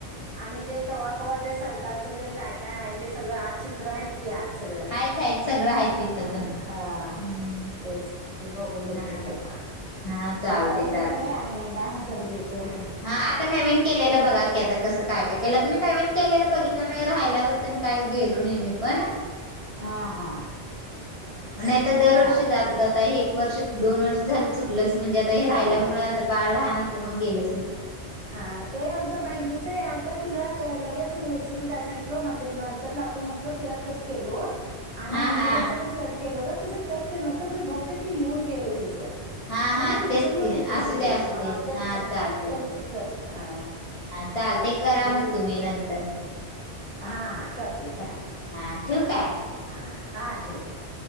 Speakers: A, on the right (about 40°); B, on the left (about 55°).
A: आणि ते कवा कवा ते संतांचं तेन काय काय आहे ते सगळं आत चित्र आहेत की आत सगळं
B: आहेत आहेत सगळं आहेत तिथं
A: अ
B: पण
A: हा
B: हम्म
A: तेच ते बघून येतो
B: हा
A: की का
B: हा चालतय
A: एकदा बघितलोय
B: चालतय
A: आणि एकदा जाऊन येतो. <unintelligible>
B: हा आता नवीन केलेलं बघा की आता कसं काय काय केलं मी नवीन केलेलं बघित नाही राहिल्यावर काही गेलो नाही मी पण
A: हा हा
B: नाहीतर दरवर्षी
A: चालतय
B: जात होत
A: जाऊन
B: आता हे एक वर्ष दोन वर्ष झालं चुकलंच म्हणजे आता हे राहिल्यामुळे
A: हा
B: आता बाळ लहान असल्या मग गेलंच नाही.
A: हा ते आमच्या बहिणीच आलत तिला लगेच उचलून काय सांगितलं माझं नंतर लावतो म्ह तिला कट केलो. आणि
B: हा
A: ऐश्वर्याचं
B: हा
A: पण कट केल ग तुझं कट केलं नव्हतं मी बहुतेक येऊन गेलंय तुझं म्हणजे
B: हा हा
A: मी उचललो
B: तेच की
A: नाही तुझं
B: असू दे
A: ते
B: असू
A: हा
B: दे
A: त्यांच
B: <unintelligible>
A: सकट हा
B: हा चाल ते करा
A: आणि
B: मग तुम्ही नंतर
A: हा हा करतो घे
B: चालते हा ठेवू
A: चाल
B: काय
A: हा हा ठेव ठेव